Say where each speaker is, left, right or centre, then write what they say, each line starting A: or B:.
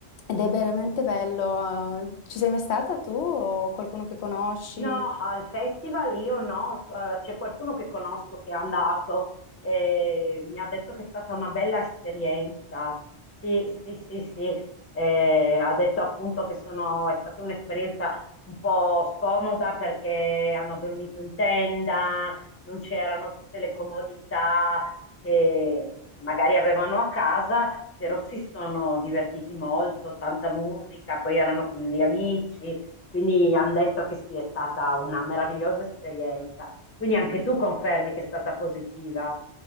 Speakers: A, on the left; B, on the left.
A: ed è veramente bello. Eh, Ci sei mai stata tu o qualcuno che conosci?
B: No, al festival io no, eh, c'è qualcuno che conosco che è andato e mi ha detto che è stata una bella esperienza. Sì, sì, sì, sì, Eh, ha detto appunto che sono- è stata un'esperienza un po' scomoda perché hanno dormito in tenda, non c'erano tutte le comodità che magari avevano a casa, però si sono divertiti molto, tanta musica, poi erano con gli amici. Quindi hanno detto che sì, è stata una meravigliosa esperienza. Quindi anche tu confermi che è stata positiva.